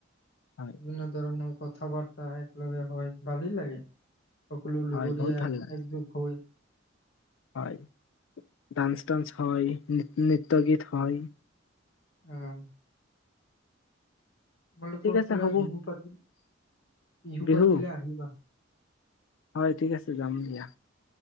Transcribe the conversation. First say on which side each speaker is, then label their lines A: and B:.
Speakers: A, on the left; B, on the left.
A: হয়
B: বিভিন্ন ধৰণৰ কথা বাৰ্তা একেলগে হয়, ভালেই লাগে। সকলো লগৰীয়া
A: হয় বহুত ভাল লাগে
B: এক গোট হৈ
A: হয়। ডান্স চাঞ্চ হয় ন নৃত্য গীত হয়
B: অ'। আমালোকৰ
A: ঠিক আছে
B: ফালে
A: হ'ব
B: বিহু পাতি বিহু
A: বিহু
B: পাতিলে আহিবা?
A: হয়, ঠিক আছে যাম দিয়া।